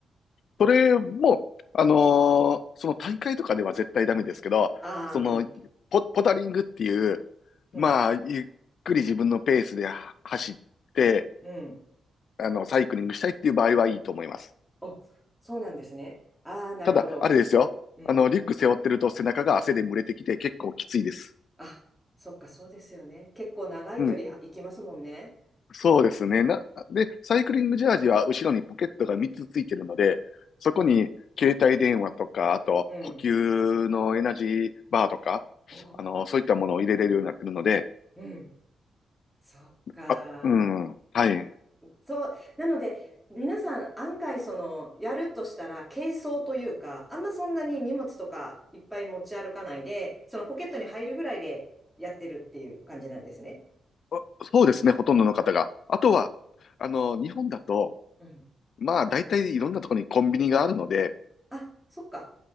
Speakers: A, on the left; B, in the centre.
A: それも、あのーその大会とかでは絶対ダメですけど、
B: ああー、
A: その、ポ、ポタリングっていう、
B: うん、
A: まあ、ゆっくり自分のペースでは走って、
B: うん、うん。
A: あの、サイクリングしたいっていう場合はいいと思います。
B: お、そうなんですね。ああ、なるほど。
A: ただ、あれですよ。
B: うん。
A: あの、リュック背負ってると背中が汗で蒸れてきて結構きついです。
B: あ、そっか、そうですよね。結構長い距離行きますもんね。
A: うん。そうですね。な、で、サイクリングジャージは後ろにポケットが3つついてるので、そこに携帯電話とか、
B: うん。うん。
A: あと補給のエナジーバーとか、
B: うんおー
A: あの、そういったものを入れれるようになってるので、
B: うん、そっか。
A: あ、うん、はい。
B: そう、なので、皆さん案外その、やるとしたら、軽装というか、あんまそんなに荷物とかいっぱい持ち歩かないで、そのポケットに入るぐらいでやってるっていう感じなんですね。
A: あそうですね、ほとんどの方が。あとは、あの、日本だと、
B: うん。
A: まあ、大体いろんなところにコンビニがあるので、
B: あ、そっか。